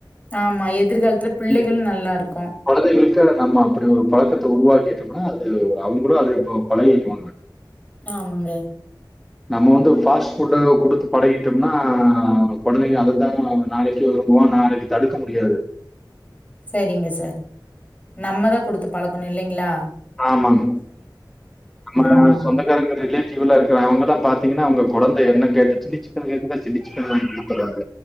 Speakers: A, on the left; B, in the centre.
A: ஆமா எதிர்காலத்துல பிள்ளைகளு
B: <unintelligible>
A: நல்லா இருக்கு
B: கொழந்தைகளுக்கு நம்ம அப்படி ஒரு பழக்கத்த உருவாக்கிட்டு இருக்கணு அது அவுங் கூட அது இப்போ பழகீக்கு வாங்க
A: ஆமாங்க
B: நம்ம வந்து ஃபாஸ் ட்டு ஃபுட்டு குடுத்து பழகிட்டம்னா கொழந்தைங்க அதுதா ம் நாளைக்கு இருப்போ நாளைக்கி தடுக்க முடியாது
A: சரிங்க சார் நம்மதா குடுத்து பழக்குணு இல்லீங்ளா
B: ஆமாங் நம்மோட
A: ஆமா ஆமா
B: சொந்தக்காரங்க ரிலேட்டிவுல்லா இருக்கற அவுங்கலா பாத்தீங்கினா அவுங்க கொழந்தய <unintelligible> எத்தன கேக்குதோ சில்லி சிக்கனா வாங்கி குடுத்துருறாங்க